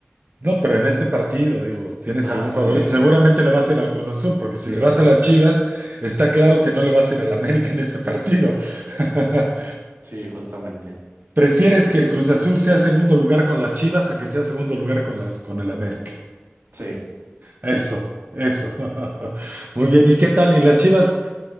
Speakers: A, on the right; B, on the right.
A: No, pero en este partido, digo, ¿tienes
B: Ah,
A: algún
B: pues,
A: favorito? Seguramente le vas a ir al Cruz Azul, porque si
B: sí,
A: le vas
B: sí,
A: a las Chivas, está claro que no le vas a ir al América en este partido. <laughs>
B: sí, justamente.
A: ¿Prefieres
B: Que-
A: que el Cruz Azul sea segundo lugar con las Chivas a que sea segundo lugar con las con el América?
B: Sí, eh,
A: Eso, eso. <laughs> Muy bien, ¿y qué tal? ¿Y las Chivas